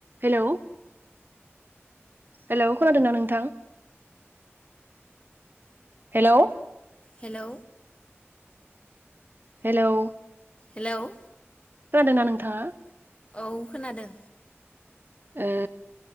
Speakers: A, on the right; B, on the left.
A: Hello hello खोनादोंना नोंथां hello
B: hello
A: hello
B: hello
A: खोनादों ना नोंथाङा
B: औ खोनादों
A: ओ